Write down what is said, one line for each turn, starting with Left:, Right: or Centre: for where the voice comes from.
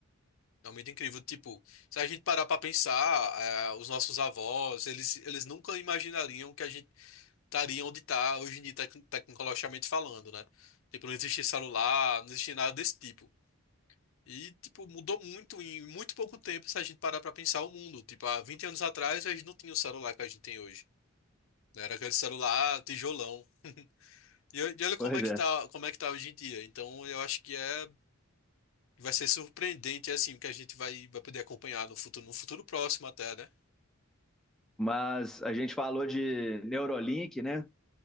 Left: Realmente incrível. Tipo, se a gente parar pra pensar, é, os nossos avós, eles, eles nunca imaginariam que a gente estaria onde está hoje em dia, tec- tecnologicamente falando, né? Tipo, não existia celular, não existia nada desse tipo. E, tipo, mudou muito em muito pouco tempo se a gente parar pra pensar o mundo. Tipo, há 20 anos atrás, a gente não tinha o celular que a gente tem hoje. né? Era aquele celular tijolão. E, o- e olha como
Centre: Pois
Left: é que
Centre: é.
Left: tá, como é que tá hoje em dia. Então, eu acho que é. E Vai ser surpreendente, é assim, o que a gente vai, vai poder acompanhar no futuro, no futuro próximo até, né?
Centre: Mas a gente falou de Neuralink, né?